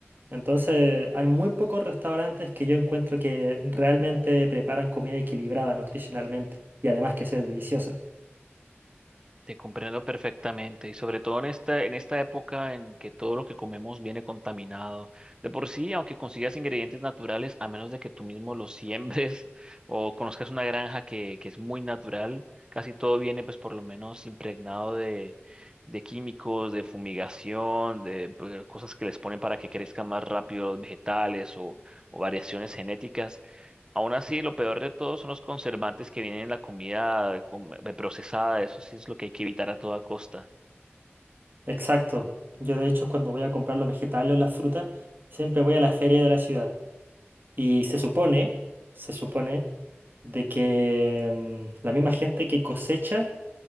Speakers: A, on the right; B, on the right.
A: Entonces, hay muy pocos restaurantes que yo encuentro que realmente preparan comida equilibrada nutricionalmente y además que sea deliciosa.
B: Te comprendo perfectamente y sobre todo en esta, en esta época en que todo lo que comemos viene contaminado. De por sí, aunque consigas ingredientes naturales, a menos de que tú mismo los siembres <laughs> o conozcas una granja que, que es muy natural, casi todo viene pues por lo menos impregnado de, de químicos, de fumigación, de, eh, cosas que les ponen para que crezcan más rápido los vegetales o, o variaciones genéticas. Aún así, lo peor de todo son los conservantes que vienen en la comida con- procesada. Eso sí es lo que hay que evitar a toda costa.
A: Exacto. Yo de hecho cuando voy a comprar los vegetales o las frutas, siempre voy a la feria de la ciudad. Y se supone, se supone de que mm, la misma gente que cosecha